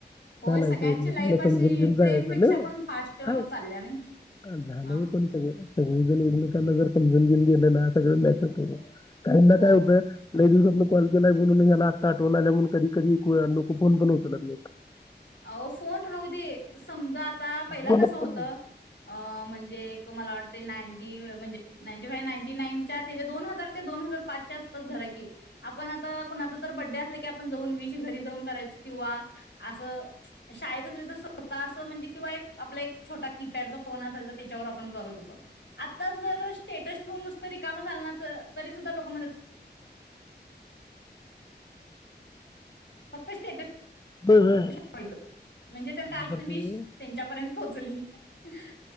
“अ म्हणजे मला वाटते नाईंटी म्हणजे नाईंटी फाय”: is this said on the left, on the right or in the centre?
Left